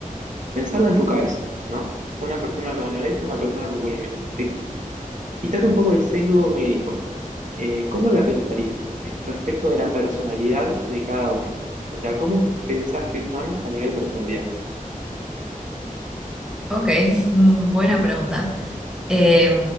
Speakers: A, on the right (about 60°); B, in the centre.
A: pensarla en tu cabeza, ¿no? Una persona con anorexia, una persona con bulimia. Te quitas un poco el sesgo médico. Eh, ¿cómo la pensarías eh, respecto de la personalidad de cada una? O sea, ¿cómo pensás que son a nivel personalidad?
B: Ok, mm, buena pregunta. Eh,